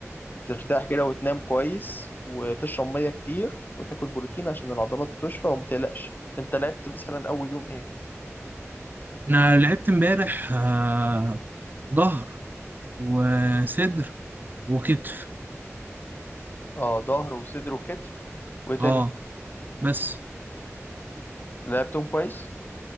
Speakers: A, on the left; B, on the right.
A: ترتاح كده وتنام كويس وتشرب مية كتير وتاكل بروتين عشان العضلات تشفى وما تقلقش انت لعبت مثلا أول يوم ايه؟
B: انا لعبت امبارح آه، ظهر وصدر وكتف
A: اه ظهر وصدر وكتف وإيه تاني
B: اه بس
A: لعبتهم كويس؟